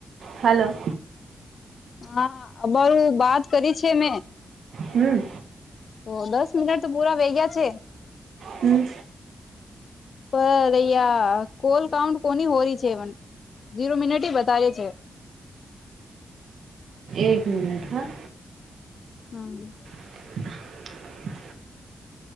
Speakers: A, on the right (about 80°); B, on the left (about 65°).
A: હલો.
B: હા બવ વાત કરી છે મેં
A: હમ.
B: ઓ દસ મિનટ તો પુરા વયગયા છે.
A: હમ.
B: પર અહીયા કોલ કાઉન્ટ કોની હોરી છે ઝીરો મિનિટ બતાવે છે.
A: એક મિનટ હા
B: હમ.
A: <inaudible>